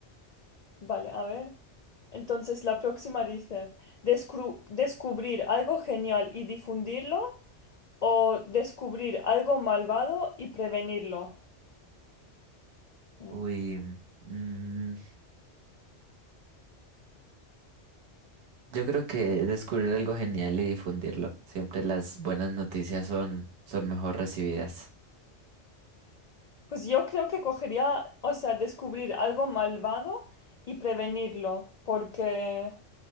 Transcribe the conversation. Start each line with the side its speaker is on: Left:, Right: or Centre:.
Left: Vale, a ver. Entonces, la próxima dice, "Descru- descubrir algo genial y difundirlo. o descubrir algo malvado y prevenirlo. Mm.
Right: Uy, mm, yo creo que descubrir algo genial y difundirlo. Siempre las buenas noticias son, son mejor recibidas.
Left: Pues yo creo que cogería, o sea, descubrir algo malvado y prevenirlo, porque,